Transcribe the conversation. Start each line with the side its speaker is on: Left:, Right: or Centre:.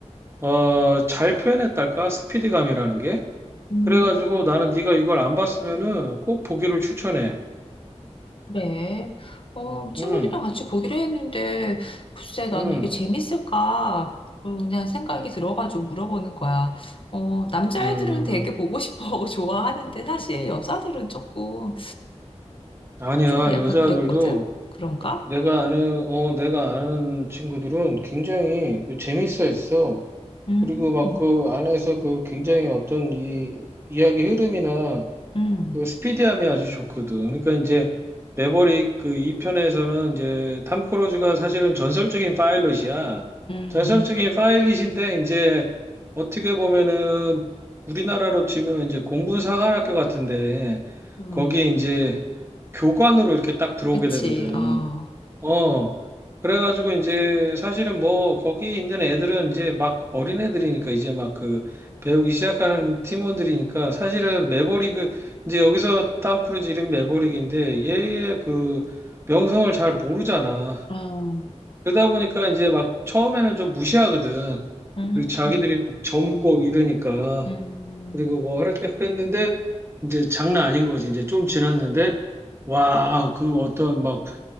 Right: 어, 잘 표현했달까? 스피드감이라는 게.
Left: 음,
Right: 그래가지고 나는 네가 이걸 안 봤으면은 꼭 보기를 추천해.
Left: 그래. 어, 친구들이랑
Right: 응,
Left: 같이 보기로 했는데, 글쎄, 나는
Right: 응,
Left: 이게 재밌을까? 음, 그냥 생각이 들어가지고 물어보는 거야. 어, 남자애들은
Right: 음.
Left: 되게 보고 싶어하고 <laughs> 좋아하는데, 사실 여자들은 조금,
Right: 아니야.
Left: 좀 약간
Right: 여자들도
Left: 그랬거든? 그런가?
Right: 내가 아는 어 내가 아는 친구들은 굉장히 재밌어 했어.
Left: 음,
Right: 그리고 막 그 안에서 그 굉장히 어떤 이 이야기 흐름이나
Left: 음,
Right: 그 스피디함이 아주 좋거든. 그러니까 이제 매버릭 그 2편에서는 이제 탐 크루즈가 사실은 전설적인 파일럿이야.
Left: 음, 음,
Right: 전설적인 파일럿인데 이제 어떻게 보면은 우리나라로 치면은 이제 공군 사관학교 같은데
Left: 음.
Right: 거기에 이제 교관으로 이렇게 딱 들어오게
Left: 그치,
Right: 되거든.
Left: 어,
Right: 어, 그래가지고 이제 사실은 뭐 거기 있는 애들은 이제 막 어린 애들이니까 이제 막 그 배우기 시작하는 팀원들이니까 사실은 매버릭을 이제 여기서 탐 크루즈 이름 매버릭인데 얘의 그 명성을 잘 모르잖아.
Left: 음,
Right: 그러다 보니까 이제 막 처음에는 좀 무시하거든.
Left: 음.
Right: 그리고 자기들이 막 젊고 이러니까
Left: 음,
Right: 그리고 뭐 이렇게 그랬는데 이제 장난 아닌 거지. 이제 좀 지났는데 와, 그 어떤 막